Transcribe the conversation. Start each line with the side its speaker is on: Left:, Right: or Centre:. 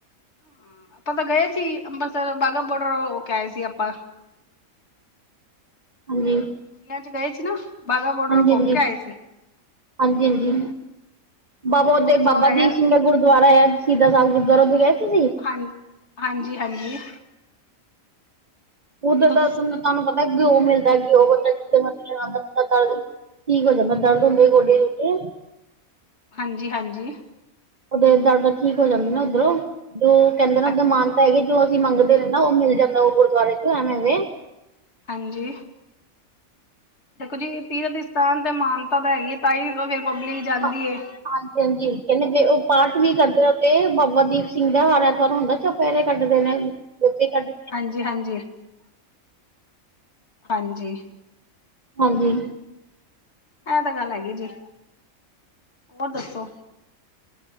Left: ਹਾਂ ਆਪਾਂ ਤਾਂ ਗਏ ਸੀ ਅੰਬਰਸਰ, ਬਾਘਾ- ਬੋਡਰ ਹੋ ਕੇ ਆਏ ਸੀ ਆਪਾਂ।
Right: ਹਾਂਜੀ।
Left: ਛੁੱਟੀਆਂ ਚ ਗਏ ਸੀ ਨਾ। ਬਾਘਾ
Right: ਹਾਂਜੀ
Left: ਬੋਡਰ ਘੁੰਮ
Right: ਹਾਂਜੀ
Left: ਕੇ ਆਏ ਸੀ।
Right: ਹਾਂਜੀ- ਹਾਂਜੀ।
Left: ਹਾਂਜੀ
Right: ਬਾਬਾ ਉਦੇ
Left: ਉੱਥੋਂ
Right: ਬਾਬਾ
Left: ਹੈਗਾ
Right: ਦੀਪ ਸਿੰਘ ਦਾ ਗੁਰਦੁਆਰਾ ਆਯਾ ਸੀ ਸ਼ੀਦਾ ਸਾਬ ਗੁਰਦੁਆਰਾ ਉੱਧੇ ਗਏ ਸੀ ਤੁਸੀ?
Left: ਹਾਂ ਹਾਂਜੀ- ਹਾਂਜੀ।
Right: ਉੱਧਰ
Left: ਉੱਥੋਂ
Right: ਦਾ ਤਾਂ ਤਾਨੂੰ ਪਤਾ ਐ ਗਿਓਂ ਮਿਲਦਾ, ਘਿਓ ਬੰਦਾ ਜਿਥੇ ਮਰਜੀ ਲਗਾਂਦੈ ਤੇ ਦਰਦ <unintelligible> ਠੀਕ ਹੋ ਜਾਂਦਾ, ਦਰਦ ਹੁੰਦੇ ਗੋਡੇ - ਗਿੱਟੇ।
Left: ਹਾਂਜੀ- ਹਾਂਜੀ।
Right: ਉਦੇ ਦਰਦ ਠੀਕ ਹੋ ਜਾਂਦੇ ਨਾ ਉੱਧਰੋਂ, ਤੇ ਓ ਕੈਂਦੇ ਨਾ ਉੱਧਰ
Left: ਅੱਛਾ
Right: ਮਾਨਤਾ ਹੈਗੀ ਜੋ ਅਸੀਂ ਮੰਗਦੇ ਨੇ ਨਾ ਓ ਮਿਲ ਜਾਂਦਾ ਓ ਗੁਰਦੁਆਰੇ ਚ ਐਵੇਂ ਵੇ।
Left: ਹਾਂਜੀ! ਦੇਖੋ ਜੀ, ਤੀਰਥ ਦੀ ਸਥਾਨ ਤੇ ਮਾਨਤਾ ਤਾਂ ਹੈਗੀ ਐ, ਤਾਈ ਤੇ ਫਿਰ ਪਬਲਿਕ ਜਾਂਦੀ
Right: ਹਾਂ-
Left: ਏ।
Right: ਹਾਂਜੀ- ਹਾਂਜੀ ਕਹਿੰਦੇ ਪਏ। ਉਹ ਪਾਠ ਵੀ ਕਰਦੇ, ਤੇ ਬਾਬਾ ਦੀਪ ਸਿੰਘ ਦਾ ਹਾਰ ਐਤਵਾਰ ਹੁੰਦਾ ਚੁਪੈਰੇ ਕੱਟਦੇ ਨੇ। ਗੋਪੀ ਕੱਢ
Left: ਹਾਂਜੀ-ਹਾਂਜੀ- ਹਾਂਜੀ!
Right: ਹਾਂਜੀ!
Left: ਐਹ ਤਾਂ ਗੱਲ ਹੈਗੀ ਐ ਜੀ। ਹੋਰ ਦੱਸੋ?